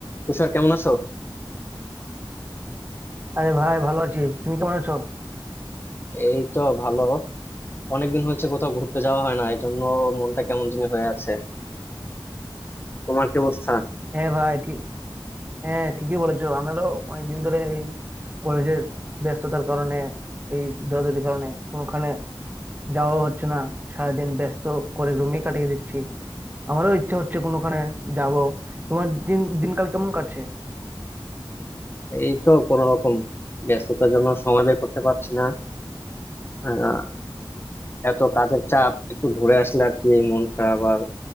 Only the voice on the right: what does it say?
আরে ভাই ভালো আছি তুমি কেমন আছো
হ্যাঁ ভাই ঠিক হ্যাঁ ঠিকই বলেছো আমারও অনেকদিন ধরে এই কলেজের ব্যস্ততার কারণে এই দৌড়াদৌড়ির কারণে কোনোখানে যাওয়া হচ্ছে না সারাদিন ব্যস্ত করে রুমে কাটিয়ে দিচ্ছি আমারও ইচ্ছা হচ্ছে কোনোখানে যাব তোমার দিন দিনকাল কেমন কাটছে